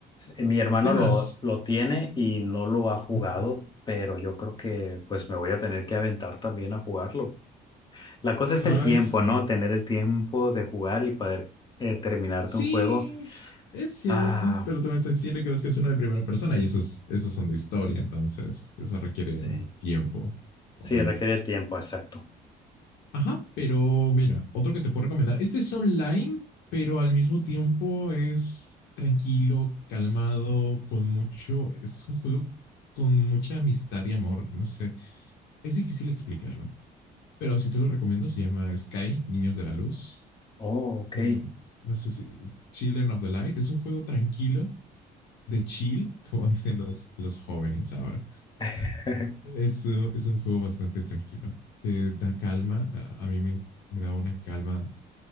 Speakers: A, on the left; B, on the left.
A: Mi hermano
B: ¿Qué más?
A: lo, lo tiene y no lo ha jugado,
B: Mm,
A: pero yo creo que pues me voy a tener que aventar también a jugarlo. La cosa es
B: Ay,
A: el tiempo,
B: sí.
A: ¿no? Tener el tiempo de jugar y poder eh, terminarte
B: Sí,
A: un juego.
B: es cierto,
A: Ah,
B: pero tú me estás diciendo que buscas uno de primera persona y esos, esos son de historia, entonces eso requiere
A: sí,
B: un tiempo, un
A: sí,
B: momento.
A: requiere tiempo, exacto.
B: Ajá, pero mira, otro que te puedo recomendar. Este es online, pero al mismo tiempo es tranquilo, calmado, con mucho. Es un juego con mucha amistad y amor, no sé. Es difícil explicarlo, pero si te lo recomiendo, se llama Sky, Niños de la Luz.
A: Oh, ok.
B: eh, no sé si Children of the Light, es un juego tranquilo, de chill, <laughs> como dicen los, los jóvenes ahora.
A: <laughs>
B: Es, uh, es un juego bastante tranquilo, te da calma, a, a mí me, me da una calma